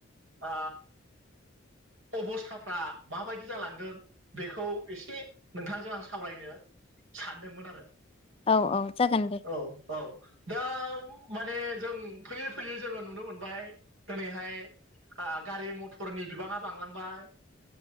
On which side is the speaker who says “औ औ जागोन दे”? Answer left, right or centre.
Left